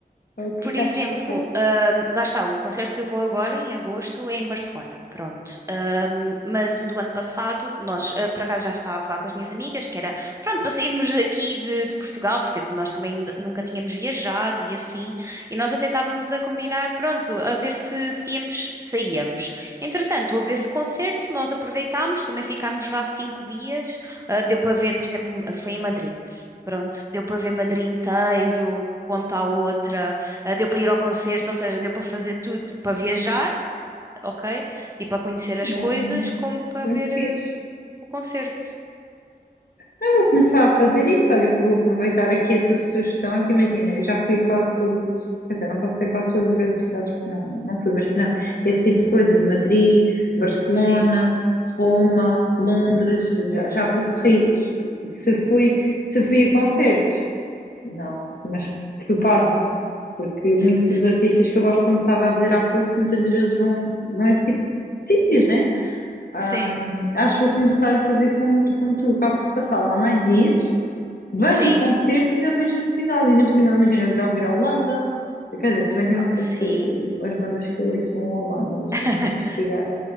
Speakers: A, on the left; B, on the right.
A: o que
B: Por
A: é que
B: exemplo,
A: há de se fazer.
B: ahm, lá está, o concerto que eu vou agora em agosto é em Barcelona, pronto. Ahm, mas o do ano passado, nós, ah, por acaso já estava a falar com as minhas amigas, que era, pronto, para sairmos daqui de, de Portugal, porque nós também n- nunca tínhamos viajado e assim, e nós até estávamos a combinar, pronto, a ver se, se íamos, saíamos. Entretanto, houve esse concerto, nós aproveitámos, também ficámos lá cinco dias, ah, deu para ver, por exemplo, foi em Madrid. Pronto, deu para ver Madrid inteiro, de ponta à outra. Ah, deu para ir ao concerto, ou seja, deu para fazer tudo, para viajar, ok? E para conhecer as
A: Bem,
B: coisas, como para
A: bem
B: ver
A: fixe.
B: eh, o concerto.
A: Eu vou começar a fazer isso. Olha, que vou aproveitar aqui a tua sugestão. Que imagina, eu já fui quase todas, quer dizer, não posso dizer quase todas as grandes cidades, porque não, não fui, mas por exemplo, esse tipo de coisas: Madrid, Barcelona,
B: Sim.
A: Roma, Londres, já, já percorri.
B: Ui.
A: Se, se fui, se fui a concertos, não, mas fui parva, porque muitos
B: S-
A: dos artistas que eu gosto, como estava a dizer há pouco, muitas das vezes vão, vão a esse tipo de sítios, né? Hum,
B: Sim.
A: acho que vou começar a fazer como, como tu, acabo por passar lá mais dias, vejo
B: Sim.
A: o concerto e ainda vejo a cidade. Ainda por cima, imagina, eu adorava ir à Holanda. Quer dizer, se bem que eu não sei
B: Sim.
A: se uh, as bandas que eu ouço vão à Holanda, mas
B: <laughs>
A: tenho que investigar.